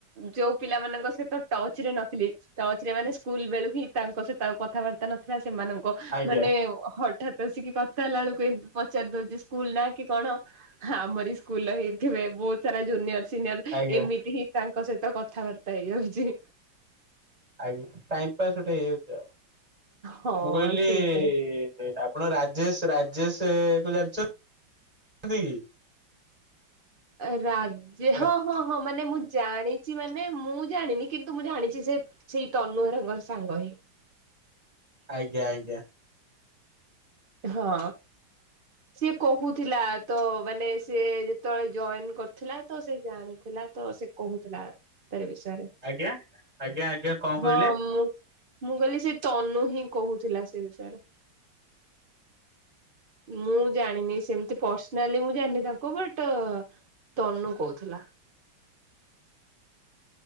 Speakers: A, on the right; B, on the right.
A: ଯୋଉ ପିଲାମାନଙ୍କ ସହିତ ଟଚ୍ ରେ ନଥିଲି। ଟଚ୍ ରେ ମାନେ ସ୍କୁଲ ବେଳୁ ହିଁ ତାଙ୍କ ସହିତ ଆଉ କଥାବାର୍ତ୍ତା ନଥିଲା ସେମାନଙ୍କ
B: ଆଜ୍ଞା
A: ମାନେ ହଠାତ୍ ତ ଆସିକି କଥା ହେଲାଳକୁ ପଚାରି ଦଉଛି ସ୍କୁଲ ନା କି କଣ? ହଁ ଆମରି ସ୍କୁଲରେ ହେଇଥିବେ ବହୁତ୍ ସାରା ଜୁନିୟର ସିନିୟର
B: ଆଜ୍ଞା
A: ଏମିତି ହିଁ ତାଙ୍କ ସହିତ କଥାବାର୍ତ୍ତା ହେଇଯାଉଛି।
B: ଆଜ୍ଞା। ଟାଇମ ପାସ୍ ଗୋଟେ ହେଇଯାଉଛି ଆଉ।
A: ହଁ
B: ମୁଁ କହିଲି
A: ସେଇଟା।
B: ଆପ୍ ଆପଣ ରାଜେଶ ରାଜେଶେ କୁ ଜାଣିଚନ୍ତି କି?
A: ରାଜେ
B: କି?
A: ହଁ ହଁ। ହଁ ହଁ ମାନେ ମୁଁ ଜାଣିଚି ମାନେ ମୁଁ ଜାଣିନି କିନ୍ତୁ ମୁଁ ଜାଣିଛି ସେ ସେଇ ତନୁ <unintelligible> ସାଙ୍ଗ ହିଁ।
B: ଆଜ୍ଞା ଆଜ୍ଞା।
A: ହଁ। ସିଏ କହୁଥିଲା ତ ମାନେ ସିଏ ଯେତେବଳେ ଯଏନ କରିଥିଲା ତ ସେ ଜାଣିଥିଲା ତ ସେ କହୁଥିଲା ତାରି ବିଷୟରେ
B: ଆଜ୍ଞା ଆଜ୍ଞା ଆଜ୍ଞା କଣ
A: ହଁ
B: କହିଲେ?
A: ମୁଁ ମୁଁ କହିଲି ସେ ତନୁ ହିଁ କହୁଥିଲା ସେ ବିଷୟରେ। ମୁଁ ଜାଣିନି ସେମତି ପର୍ସନାଲି ମୁଁ ଜାଣିନି ତାଙ୍କୁ ବଟ୍ ତନୁ କହୁଥିଲା।